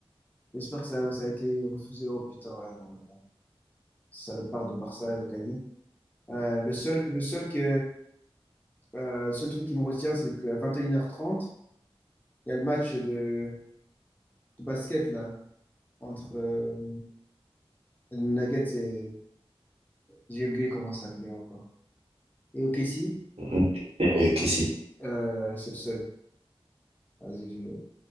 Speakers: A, on the left; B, on the right.
A: j'espère que ça, ça a été refusé. Oh putain, ouais, non, non, non. salopard de Barça a gagné. Euh, le seul, le seul que, Euh, le seul truc qui me retient, c'est qu'à 21h30, il y a le match de, de basket là, entre euh, les Nuggets et. J'ai oublié comment ça s'appelait encore. Et OKC,
B: Hum, et qu'ici.
A: euh, c'est le seul. Vas-y, je-